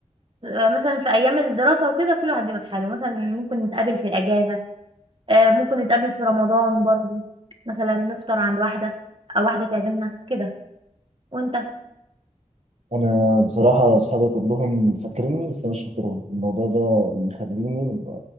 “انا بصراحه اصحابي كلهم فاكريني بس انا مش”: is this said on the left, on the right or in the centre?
Right